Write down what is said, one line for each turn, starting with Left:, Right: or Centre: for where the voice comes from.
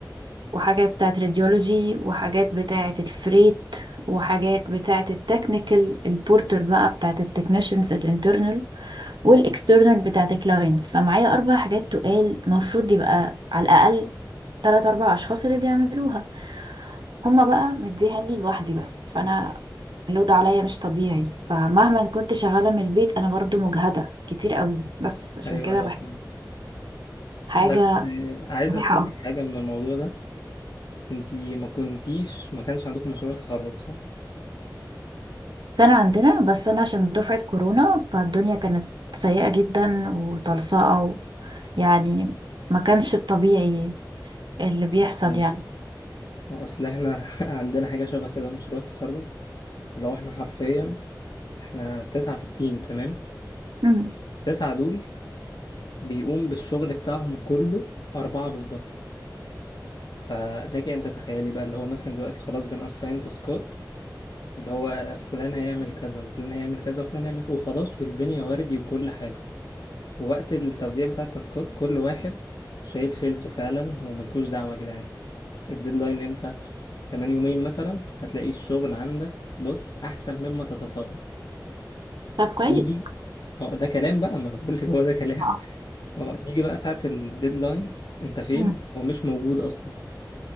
Right: وحاجات بتاعت راديولوجي وحاجات بتاعت الفريت وحاجات بتاعت التكنيكال البورتر بقى بتاعت التكنيشنز الانترنال والاكسترنال بتاعت الكلاينتس فمعايا اربع حاجات تقال المفروض يبقى على الاقل تلات أربع أشخاص اللي بيعملوها هما بقى مديها لي لوحدي بس فأنا اللود عليا مش طبيعي فمهما كنت شغالة من البيت أنا برضو مجهدة كتير قوي بس عشان
Left: ايوه
Right: كده
Left: ايوه
Right: بحب
Left: فهمت
Right: حاجة
Left: بس عايز
Right: مريحة
Left: استنتج
Right: أكتر.
Left: حاجة من الموضوع ده انتي ما كنتيش ما كانش عندكم مشروع تخرج صح؟
Right: كان عندنا بس أنا عشان دفعة كورونا فالدنيا كانت سيئة جدا وطلصقة و... يعني ما كانش الطبيعي اللي بيحصل
Left: اه فهمت
Right: يعني
Left: اصل احنا <laughs> عندنا حاجة شبه كده في مشروع التخرج لو احنا حرفيا احنا تسعة في التيم تمام
Right: مم.
Left: تسعة دول بيقوم بالشغل بتاعهم كله أربعة بالظبط فلك أن تتخيلي بقى اللي هو مثلا دلوقتي خلاص بنأساين تاسكات اللي هو فلان هيعمل كذا وفلان هيعمل كذا وفلان هيعمل وخلاص والدنيا وردي وكل حاجة ووقت التوزيع بتاع التاسكات كل واحد شايل شيلته فعلا وملكوش دعوة يا جدعان الديدلاين امتى كمان يومين مثلا هتلاقي الشغل عندك بص احسن مما تتصور
Right: طب كويس
Left: نيجي اه ده كلام بقى ما انا بقول لك هو ده كلام
Right: <laughs> آه.
Left: <laughs> اه نيجي بقى ساعة الديدلاين انت فين
Right: مم.
Left: ومش موجود اصلا